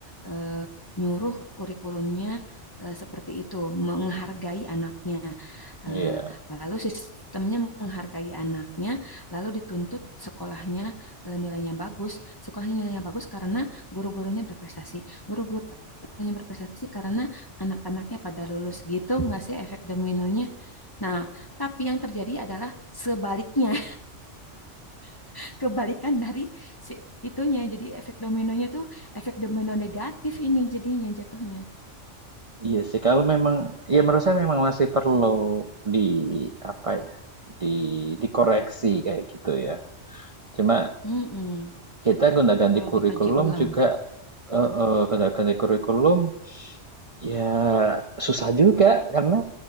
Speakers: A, on the left (about 20°); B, on the right (about 30°).
A: eh, nyuruh kurikulumnya eh, seperti itu, menghargai anaknya. Eh,
B: Iya.
A: lalu sistemnya menghargai anaknya, lalu dituntut sekolahnya eh, nilainya bagus. Sekolahnya nilainya bagus karena guru-gurunya berprestasi. Guru-guru yang berprestasi karena anak-anaknya pada lulus gitu nggak sih efek dominonya Nah, tapi yang terjadi adalah sebaliknya, <laughs> kebalikan dari si itunya. Jadi efek dominonya tuh efek domino negatif ini jadinya jatuhnya.
B: Iya sih, kalau memang, ya menurut saya memang masih perlu di apa ya, di dikoreksi kayak gitu ya. Cuma
A: Mm-mm.
B: kita gonta-ganti
A: Perlu
B: kurikulum
A: dikaji ulang.
B: juga, eh, eh, gonta-ganti kurikulum ya susah juga karena